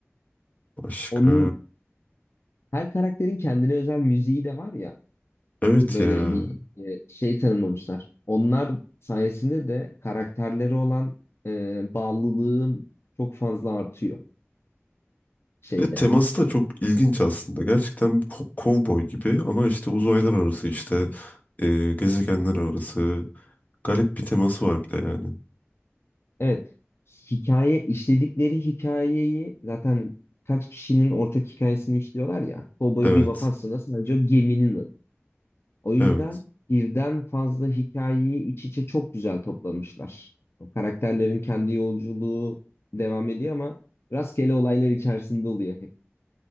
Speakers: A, on the left; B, on the left.
A: Başka.
B: Onun her karakterin kendine özel müziği de var ya.
A: Evet
B: Böyle
A: ya.
B: bir e, şey tanımlamışlar. Onlar sayesinde de karakterleri olan e, bağlılığım çok fazla artıyor şeyde.
A: Ve teması da çok ilginç aslında. Gerçekten bir ko- kovboy gibi ama işte uzaylar arası işte e, gezegenler arası garip bir teması var bir de yani.
B: Evet. Hikaye işledikleri hikayeyi zaten kaç kişinin ortak hikayesini işliyorlar ya. Cowboy
A: Evet.
B: Bebop aslında sadece o geminin adı. O yüzden
A: Evet.
B: birden fazla hikayeyi iç içe çok güzel toplamışlar. O karakterlerin kendi yolculuğu devam ediyor ama rastgele olaylar içerisinde oluyor hep.